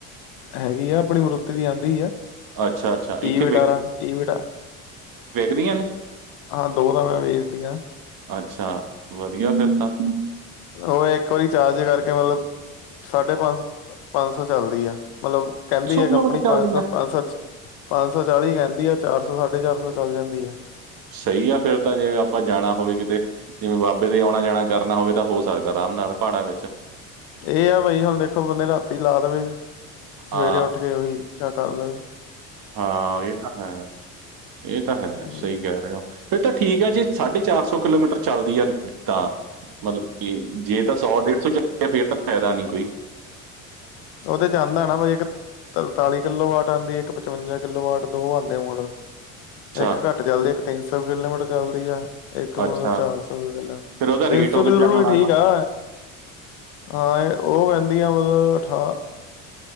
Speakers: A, on the left (about 65°); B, on the right (about 50°).
A: ਹੈਗੀ ਆ। ਆਪਣੀ ਮਰੁਤੀ ਦੀ ਆਂਦੀ ਆ,
B: ਅੱਛਾ, ਅੱਛਾ ਇੱਥੇ
A: ਈ ਵਟਾਰਾ, ਈ ਵਟ
B: ਦੀਆਂ ਨੇ।
A: ਹਾਂ, ਦੋ ਤਾਂ ਮੈਂ, ਵੇਚਤੀਆ
B: ਅੱਛਾ, ਵਧੀਆ ਫਿਰ ਤਾ।
A: ਉਹ ਇੱਕ ਵਾਰੀ ਚਾਰਜ ਕਰਕੇ, ਮਤਲਬ ਸਾਢੇ ਪੰਜ, ਪੰਜ-ਸੌ ਚੱਲਦੀ ਆ। ਮਤਲਬ ਕਹਿੰਦੀ ਹੈ
B: ਕਿਲੋਮੀਟਰ
A: ਕੰਪਨੀ, ਪੰਜ-ਸੱਤ,
B: ਚੱਲਦੀ ਆ?
A: ਪੰਜ, ਸੱ ਪੰਜਸੌ ਚਾਲੀ ਕਹਿੰਦੀ ਆ। ਚਾਰ ਸੌ, ਸਾਢੇ ਚਾਰ ਸੌ, ਚੱਲ ਜਾਂਦੀ ਆ।
B: ਸਹੀ ਆ ਫਿਰ ਤਾਂ ਜੇ ਆਪਾਂ ਜਾਣਾ ਹੋਵੇ ਕਿਤੇ, ਜਿਵੇਂ ਬਾਬੇ ਦੇ ਆਉਣਾ ਜਾਣਾ ਕਰਨਾ ਹੋਵੇ ਤਾਂ, ਹੋ ਆਰਾਮ ਨਾਲ, ਪਹਾੜਾਂ ਵਿੱਚ
A: ਇਹ ਆ ਬਾਈ ਹੁਣ ਦੇਖੋ, ਬੰਦੇ ਰਾਤੀ ਲਾ ਦੇਵੇ, ਸਵੇਰੇ
B: ਹਾਂ,
A: ਉੱਠ ਕੇ, ਵਈ, ਜਾਂ ਕੱਲ
B: ਹਾਂ। ਇਹ ਤਾਂ ਹੈ, ਇਹ ਤਾਂ ਹੈ,
A: ਹਮ
B: ਸਹੀ ਕਹਿ ਰਹੇ ਹੋ। ਫਿਰ ਤਾਂ ਠੀਕ ਆ ਜੇ, ਸਾਢੇ ਚਾਰਸੌ, ਕਿਲੋਮੀਟਰ ਚੱਲਦੀ ਆ। ਤਾਂ, ਮਤਲਬ ਜੇ ਤਾਂ, ਸੌ-ਡੇਢ ਸੌ, ਚੱਲ ਗਿਆ ਫੇਰ ਤਾਂ ਫਾਇਦਾ ਨੀ ਕੋਈ।
A: ਉਹਦੇ'ਚ ਆਂਦਾ ਨਾ ਤਰਤਾਲੀ ਕਿੱਲੋ ਵਾਟ ਆਂਦੀ, ਇੱਕ ਪਚਵੰਜਾ ਕਿੱਲੋ ਵਾਟ, ਦੋ ਆਉਂਦੇ ਮੌੜਲ।
B: ਅੱਛਾ
A: ਇੱਕ ਘੱਟ ਚੱਲਦੀ। ਇੱਕ ਤਿੰਨਸੌ ਕਿਲੋਮੀਟਰ ਚੱਲਦੀ ਆ, ਇੱਕ ਮਤਲਬ
B: ਅੱਛਾ
A: ਚਾਰ ਸੌ ਕਿਲੋਮੀਟਰ।
B: ਫਿਰ ਉਹਦਾ ਰੇਟ
A: ਤਿੰਨ ਸੌ
B: ਉਹ
A: ਕਿੱਲੋਟਰ
B: ਜਿਹਾ ਹੋਣਾ
A: ਵੀ, ਠੀਕ
B: ਵਾ
A: ਆ। ਹਾਂ, ਇਹ, ਉਹ ਪੈਂਦੀਆਂ ਮਤਲਬ ਅਠਾਹ